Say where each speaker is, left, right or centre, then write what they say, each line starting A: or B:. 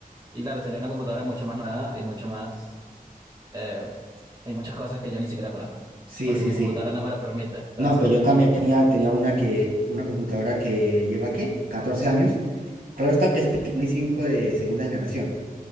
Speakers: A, on the right; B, on the right.
A: Y claro, sería una computadora mucho más nueva y mucho más, eh, hay muchas cosas que yo ni siquiera conozco
B: Sí,
A: porque
B: sí,
A: mi
B: sí.
A: computadora no me lo permite. Entonces,
B: No, pues yo también tenía, tenía una que, una computadora que lleva, ¿qué? 14 años. Claro está que esa tiene un i5 de segunda generación,